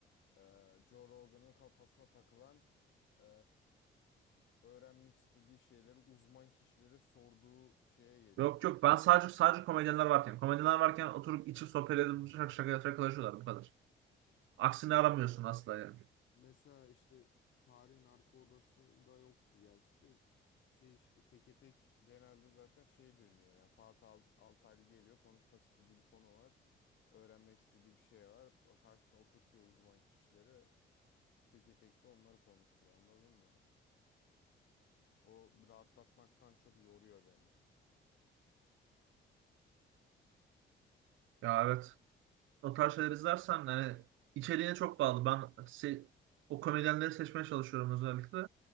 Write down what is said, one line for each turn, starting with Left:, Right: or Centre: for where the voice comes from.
Left: Ee, Joe Rogan'ın kafasına takılan ee, öğrenmek istediği şeyleri uzman kişilere sorduğu şeye geliyor.
Right: Yok yok ben sadece sadece komedyenler varken komedyenler varken oturup içip sohbet edip şaka şaka şakalaşıyorlar bu kadar. Aksini
Left: Yani
Right: aramıyorsun asla yani.
Left: Mesela işte tarihin arka odasında yoktu gerçi de şey işte teke tek genelde zaten şey dönüyor ya Fatih Alt- Altaylı geliyor konuşmak istediği bir konu var öğrenmek istediği bir şey var karşısına oturtuyor uzman kişileri teke tek de onları konuşuyor anladın mı? O rahatlatmaktan çok yoruyor beni.
Right: Ya evet. O tarz şeyler izlersen yani içeriğine çok bağlı. Ben se- o komedyenleri seçmeye çalışıyorum özellikle.